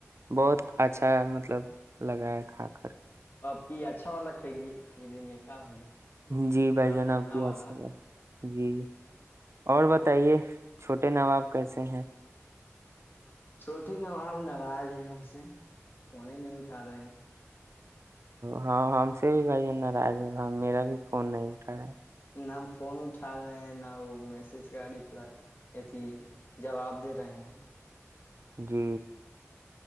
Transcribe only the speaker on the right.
بہت اچھا مطلب لگا ہے کھا کر
جی بھائی
جناب
کی
حات سال جی اور بتائیے چھوٹے نواب کیسے ہیں
ہاں ہم سے بھی بھائی جان ناراض ہے میرا بھی فون نہیں اٹھا رہا ہے
جی